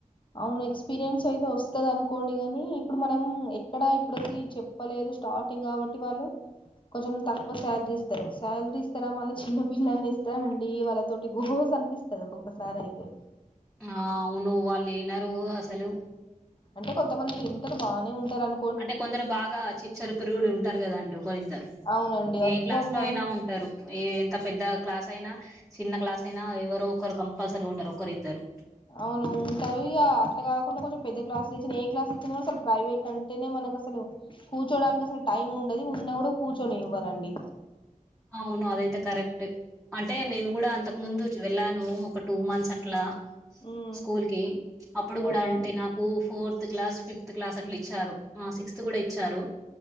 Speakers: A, on the left; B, in the centre.
A: అవును ఎక్స్పీరియన్స్ అయితే వస్తది అనుకోండి గాని ఇప్పుడు మనం ఎక్కడ ఇప్పడికి చెప్ ప్పలేదు స్టార్టింగ్ కాబట్టి వాళ్ళు కొంచెం తక్కువ సాలరీ ఇస్తరు. సాలరీ ఇస్తరా మళ్ళీ చిన్న పిల్లల్ని ఇస్తరండి వాళ్ళతోటి గోస అనిపిస్ స్తది ఒక్కొక్కసారి అయితే.
B: ఆ అవును వాళ్ళు ఇనరు అసలు.
A: అంటే కొంతమంది ఇంటరు బానే ఉంటరు అను
B: అంటే కొందరు బాగా చిచ్చర పిరుగుడు ఉంటరు కదండి ఒకరిద్దరు
A: అవునండి వద్దన్నం
B: ఏ క్లాస్లో అయినా ఉం టరు ఏ ఎంత పెద్ద క్లాస్ అయినా చిన్న క్లాస్ అయినా ఎవరో ఒకరు కంపల్సరీ ఉంటరు ఒకరు ఇద్దరు.
A: అవును ఉంటరు ఇగ అట్లా కాకుండా కొంచెం పెద్ద క్లాస్లు ఇచ్చినా ఏ క్లాస్లు ఇచ్చిన అసలు ప్రైవేట్ అంటనే మనకు అస్సలు కూర్చోడానికి అసలు టైం ఉండది ఉన్నా కూడా కూర్చొనివ్వరండి.
B: అవును అదైతే కరెక్టే. అంటే నేను కూడా అంతకు ముందు వెళ్ళాను ఒక టూ మంత్స్ అట్లా.
A: ఉమ్
B: స్కూల్ కి అప్పుడు
A: అవునా
B: కూడా అంటే నాకు fourth class fifth class అట్లా ఇచ్చారు, ఆ సిక్స్త్ కూడా ఇచ్చారు